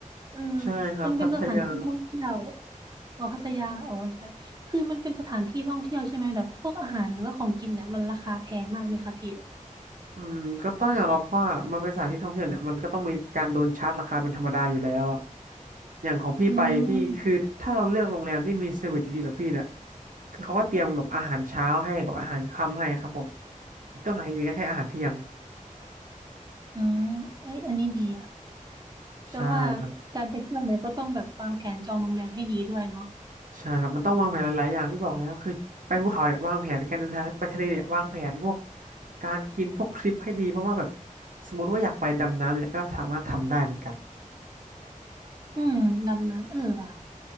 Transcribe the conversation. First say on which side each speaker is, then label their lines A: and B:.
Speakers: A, on the right (about 30°); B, on the right (about 75°).
A: เออ
B: ใช่ครับพัทยา
A: มันเป็นสถานที่ท่องเที่ยวอ๋อพัทยา อ๋อใช่คือมันเป็นสถานที่ท่องเที่ยวใช่ไหมแบบพวกอาหารหรือว่าของกินเนี่ยมันราคาแพงมากไหมคะพี่
B: อืมก็ต้องยอมรับว่ามันเป็นสถานที่ท่องเที่ยวเนี่ยมันก็ต้องมีการโดนชาร์จราคาเป็นธรรมดาอยู่แล้วอะอย่างของพี่ไปพี่คือถ้าเราเลือกโรงแรมที่มีเซอร์วิสดีๆแบบพี่เนี่ย
A: อืม
B: คือเขาก็เตรียมแบบอาหารเช้าให้กับอาหารค่ำให้ครับผมที่ต้องหาอีกทีก็แค่อาหารเที่ยง
A: อืมเอ้ยอันนี้ดีอะแต่ว่า
B: ใช่ครับ
A: การไปเที่ยวเนี่ยก็ต้องแบบวางแผนจองโรงแรมให้ดีด้วยเนาะ
B: ใช่ครับมันต้องวางแผนหลายๆอย่างพี่บอกแล้วคือไปภูเขาเนี่ยวางแผนการเดินทางไปทะเลเนี่ยวางแผนพวกการกินพวกทริปให้ดีเพราะว่าแบบสมมติว่าอยากไปดำน้ำเนี่ยก็สามารถทำได้เหมือนกัน
A: อืมดำน้ำเออว่ะ